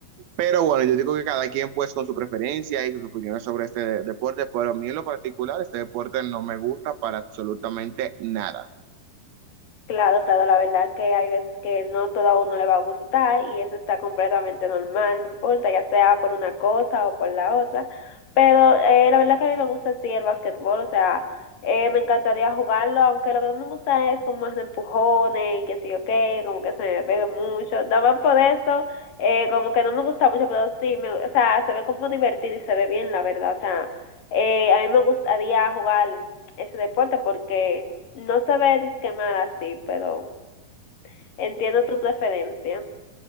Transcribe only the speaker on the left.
Claro, claro, la verdad que hay veces que no todo a uno le va a gustar y eso está completamente normal, no importa, ya sea por una cosa o por la otra. Pero eh, la verdad que a mí me gusta sí el básquetbol. o sea, eh, me encantaría jugarlo, aunque lo que no me gusta es como más de empujones y que sí, ok, como que se me pegue mucho. También por eso, eh, como que no me gusta mucho, pero sí, me, o sea, se ve como divertido y se ve bien, la verdad. O sea, eh, a mí me gustaría jugar ese deporte porque no sabré disquemar así, pero entiendo tu preferencia.